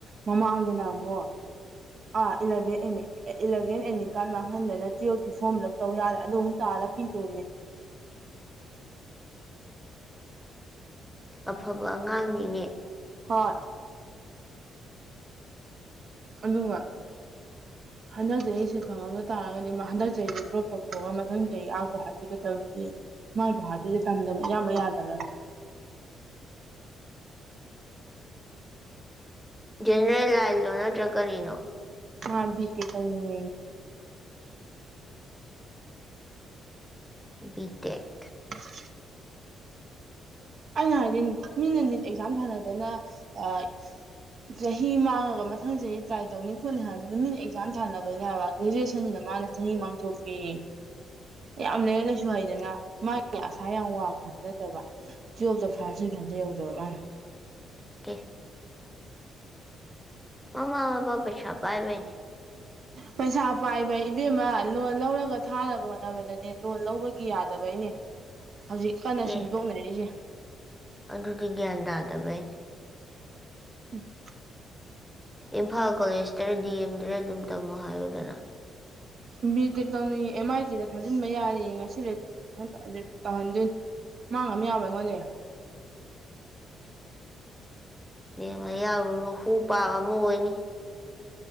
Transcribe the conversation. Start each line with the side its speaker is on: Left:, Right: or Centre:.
Right: ꯃꯃꯥꯡꯗꯅ ꯑꯃꯨꯛ ꯑꯥ eleven M A A eleven ATM card ꯃꯥꯡꯍꯟꯗꯅ ꯇꯨꯌꯦꯜꯐꯀꯤ ꯐꯣꯔꯝ ꯐꯤ ꯂꯞ ꯇꯧ ꯌꯥꯗ ꯑꯗꯨ ꯑꯃꯨꯛ ꯇꯥꯂ ꯄꯤꯗꯣꯢꯅꯤ
Centre: ꯑꯐꯕ ꯑꯉꯥꯡꯅꯤꯅꯦ
Right: ꯍꯣꯏ ꯑꯗꯨꯒ ꯍꯟꯗꯛ ꯆꯍꯤ ꯁꯤꯠ ꯐꯪꯍꯧꯗ ꯇꯔꯒꯗꯤ ꯍꯟꯗꯛ ꯆꯍꯤꯁꯦ ꯗ꯭ꯔꯣꯞ ꯇꯧꯊꯣꯛꯑꯒ ꯃꯊꯪ ꯆꯍꯤ ꯑ ꯒꯨꯋꯥꯇꯤꯗ ꯇꯧꯔꯨꯒꯦꯌꯦ ꯃꯥꯢ ꯒꯨꯍꯥꯇꯤꯁꯤ ꯇꯝꯗꯕ ꯏꯌꯥꯃꯛ ꯌꯥꯗꯕ꯭ꯔ
Centre: ꯖꯦꯅꯦꯔꯦꯜ ꯂꯥꯏꯜꯂꯣ ꯅꯠꯇ꯭ꯔꯥꯒ ꯀꯔꯤꯅꯣ
Right: ꯃꯥ ꯕꯤ ꯇꯦꯛ ꯇꯧꯅꯤꯡꯉꯦꯌꯦ
Centre: ꯕꯤꯇꯦꯛ
Right: <inaudible> ꯑꯩꯅ ꯍꯥꯏꯗꯤ ꯃꯤꯅ ꯅꯤꯠ ꯑꯦꯛꯖꯥꯝ ꯊꯥꯅꯗꯅ ꯑꯥ ꯆꯍꯤ ꯃꯥꯡꯉꯒ ꯃꯊꯪ ꯆꯍꯤ ꯇ꯭ꯔꯥꯏ ꯇꯧꯅꯤ ꯈꯣꯠꯅꯤ ꯍꯥꯏꯕ ꯃꯤꯅ ꯑꯦꯛꯖꯥꯝ ꯊꯥꯅꯕꯅꯤꯅꯕ ꯒ꯭ꯔꯦꯖꯨꯋꯦꯁꯟꯁꯤꯅ ꯃꯥꯅ ꯆꯍꯤ ꯃꯥꯡꯊꯣꯛꯀꯦꯌꯦ ꯌꯥꯝ ꯂꯩꯔꯤꯛ ꯂꯩꯥꯁꯨ ꯍꯩꯗꯅ ꯃꯥꯒꯤ ꯑꯁꯥ ꯌꯥꯝ ꯋꯥꯡꯕꯁꯨ ꯅꯠꯇꯕ ꯇꯨꯌꯦꯂ꯭ꯐꯇꯥ ꯐꯔꯁ ꯗꯤꯕꯤꯖꯟꯁꯨ ꯌꯧꯗꯕ ꯃꯥꯅ
Centre: ꯑꯦ ꯃꯃ ꯃꯄꯥ ꯄꯩꯁ ꯄꯥꯏꯕꯩꯅꯤ
Right: ꯄꯩꯁꯥ ꯄꯥꯏꯕ ꯏꯕꯦꯝꯃ ꯂꯣꯟ ꯂꯧꯔꯒ ꯊꯥꯅꯕ ꯍꯣꯠꯅꯕꯗꯅꯦ ꯂꯣꯟ ꯂꯧꯕꯒꯤ ꯌꯥꯗꯕꯩꯅꯤ ꯍꯧꯖꯤꯛ ꯀꯟꯅ
Centre: ꯑꯦ
Right: ꯁꯦꯝꯗꯣꯛꯅꯔꯤꯁꯦ
Centre: ꯑꯗꯨꯗꯤ ꯒ꯭ꯌꯥꯟ ꯇꯥꯗꯕꯩ
Right: ꯎꯝ
Centre: ꯏꯝꯐꯥꯜ ꯀꯣꯂꯦꯖꯇꯔ ꯗꯤ ꯑꯦꯝꯗꯔ ꯑꯗꯨꯝ ꯇꯝꯃꯣ ꯍꯥꯏꯌꯨꯗꯅ
Right: ꯕꯤꯇꯦꯛ ꯇꯧꯅꯤꯡꯉꯤ ꯑꯦꯝ ꯑꯥꯏ ꯇꯤꯗ ꯊꯥꯖꯤꯟꯕ ꯌꯥꯔꯦꯌꯦ ꯉꯁꯤ ꯔꯦꯖꯤꯁꯇ꯭ꯔꯦꯁꯟ ꯇꯧꯍꯟꯗꯣꯏꯅꯤ ꯃꯥ ꯉꯝ ꯌꯥꯕ꯭ꯔꯥ ꯑꯩꯉꯣꯟꯗꯒꯤ
Centre: ꯕꯦꯝꯃ ꯌꯥꯎꯔꯨꯅꯨ ꯍꯨ ꯄꯥꯕ ꯑꯃꯨꯛ ꯑꯣꯏꯅꯤ